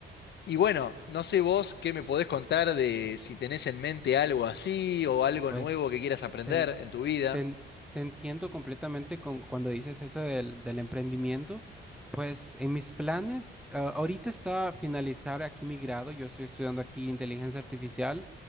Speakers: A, on the left (about 60°); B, in the centre.
A: Y bueno, no sé vos qué me podés contar de si tenés en mente algo así o algo
B: Pues
A: nuevo que quieras aprender
B: ten-
A: en tu vida.
B: Te, en- te entiendo completamente con, cuando dices eso del, del emprendimiento. Pues en mis planes, ah, ahorita está finalizar aquí mi grado. Yo estoy estudiando aquí inteligencia artificial